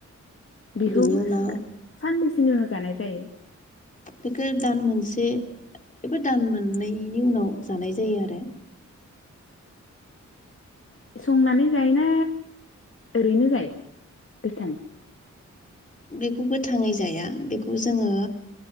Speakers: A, on the left; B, on the left.
A: बिखौ
B: बेनि उनाव
A: सानैसो <unintelligible> उनाव जानाय जायो
B: बेखौ दान मोनसे एबा दान मोननैनि उनाव जानाय जायो आरो
A: संनानै जायोना ओरैनो जायो गोथाङै
B: बेखौ गोथाङै जाया बेखौ जोङो